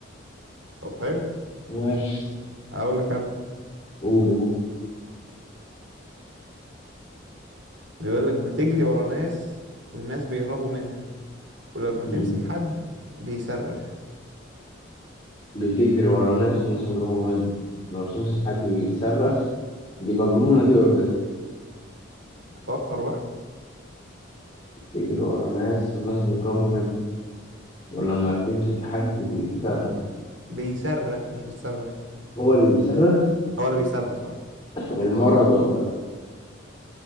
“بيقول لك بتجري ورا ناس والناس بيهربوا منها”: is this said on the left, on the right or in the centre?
Right